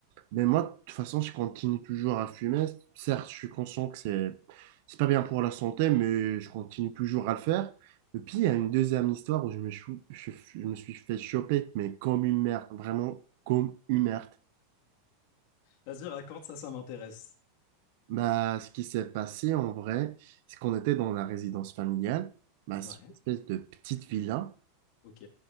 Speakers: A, on the right; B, on the left.
A: Mais moi, de toute façon, je continue toujours à fumer. Certes, je suis conscient que c'est c'est pas bien pour la santé, mais je continue toujours à le faire. Et puis, il y a une deuxième histoire où je me, chou- je, je me suis fait choper, mais comme une merde, vraiment comme une merde.
B: Vas-y, raconte, ça, ça m'intéresse.
A: Bah, ce qui s'est passé en vrai, c'est qu'on était dans la résidence familiale. Bah, c'est
B: Ouais,
A: une espèce de petite villa.
B: ok,